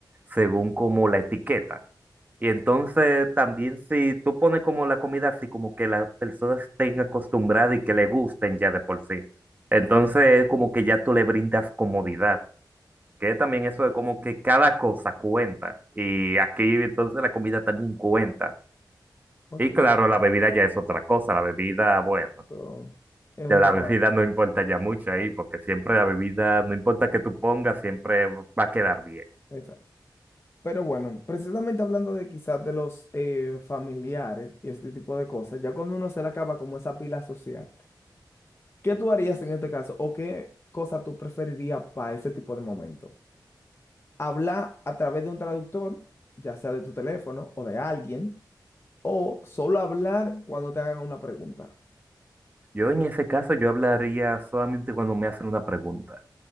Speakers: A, on the right; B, on the left.
A: según como la etiqueta. Y entonces también si tú pones como la comida así, como que las personas estén acostumbradas y que le gusten ya de por sí. Entonces como que ya tú le brindas comodidad, que también eso de como que cada cosa cuenta. Y aquí entonces la comida también cuenta.
B: Ok,
A: Y claro, la bebida ya es otra cosa, la bebida, bueno,
B: eso es un
A: ya la
B: tema.
A: bebida no importa ya mucho ahí, porque siempre la bebida, no importa que tú pongas, siempre va a quedar bien.
B: exacto. Pero bueno, precisamente hablando de quizás de los eh, familiares y este tipo de cosas, ya cuando uno se le acaba como esa pila social, ¿qué tú harías en este caso o qué cosa tú preferirías para ese tipo de momento? ¿Hablar a través de un traductor, ya sea de tu teléfono o de alguien, o solo hablar cuando te hagan una pregunta?
A: Yo en ese caso, yo hablaría solamente cuando me hacen una pregunta,